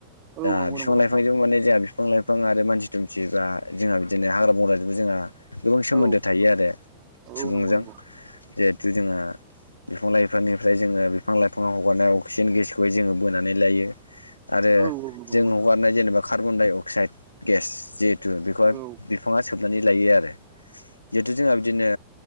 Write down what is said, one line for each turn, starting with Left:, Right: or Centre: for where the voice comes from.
Right: औ
Left: दा
Right: नंगौ
Left: बिफां
Right: नंगौ नोंथां
Left: लाइफांजों माने जोंहा बिफां लाइफां बिफां आरो मानसि दुमसि बा जोंहा बिदिनो हाग्रा बंग्राजोंबो जोंहा गोबां सोमोन्दो
Right: औ
Left: थायो आरो।
Right: औ
Left: सुबुंजों
Right: नंगौ नंगौ
Left: जिहेथु जोंहा बिफां लाइफांनिफ्राय जोङो बिफां लाइफांआ हगारनाय अक्सिजेन गेसखौहाय जोङो बोनानै लायो। आरो
Right: औ औ नंगौ नंगौ
Left: जों
Right: नोंथां
Left: हगारनाय जेनेबा कार्बन-डाइ-अक्साइड गेस जिहेथु बेखौहाय
Right: औ
Left: बिफाङा सोबनानै लायो आरो जिहेथु जोंहा बिदिनो